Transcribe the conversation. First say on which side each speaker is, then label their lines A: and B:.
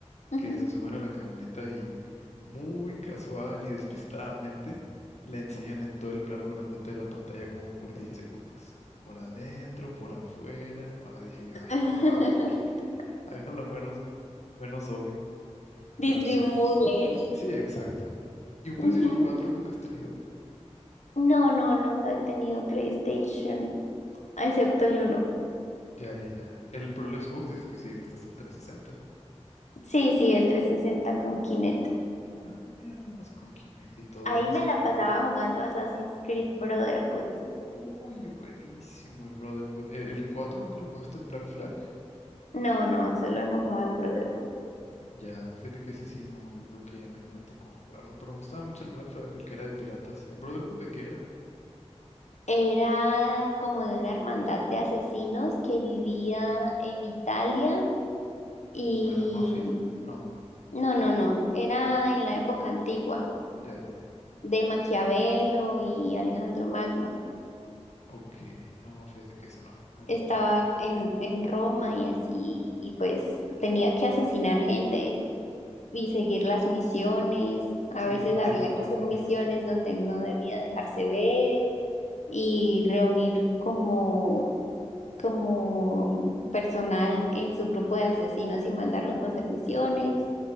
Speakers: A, on the left; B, on the left.
A: Ujú.
B: que se suben a la camioneta y muy casual y despistadamente le enseñan en todo el plano grandote de la pantalla como por 10 segundos. Por adentro, por afuera. Ahora dije yo,
A: <laughs>
B: ay, por favor, <laughs> háganlo menos, menos obvio. Pero
A: Disimulen.
B: sí, sí, exacto. ¿Y un
A: Ujú.
B: PlayStation 4 nunca has tenido?
A: No, no, nunca he tenido PlayStation, excepto el uno
B: Ya, ya, ya. El, pero el Xbox dice que si llegaste hasta el 360.
A: Sí, sí, el 360 con Kinect.
B: Ah, mira, nada más con Kinect y todo.
A: Ahí
B: En ese...
A: me la pasaba jugando Assassin's Creed Brotherhood.
B: Uy, buenísimo el Brotherhood. ¿El, el 4 nunca lo jugaste, el Black Flag?
A: No, no, solo he jugado al Brotherhood.
B: Ya, fíjate que ese sí, no, yo creo que a mí no me tocó jugarlo, pero me gustaba mucho el Black Flag, el que era de piratas. ¿El Brotherhood de qué era?
A: Era como de una hermandad de asesinos que vivía en Italia y...
B: ¿Como de la mafia? No,
A: No, no, no, era en la época antigua,
B: ya, ya, ya.
A: de Maquiavelo y Alejandro Magno.
B: Ok, no, fíjate que ese no, no lo
A: Estaba
B: jugué nunca.
A: en, en Roma y así, y pues tenía que asesinar gente y seguir las misiones. A
B: Sí,
A: veces
B: lo
A: había
B: típico.
A: que hacer misiones donde no debía dejarse ver y reunir como como personal en su grupo de asesinos y mandarlos a hacer misiones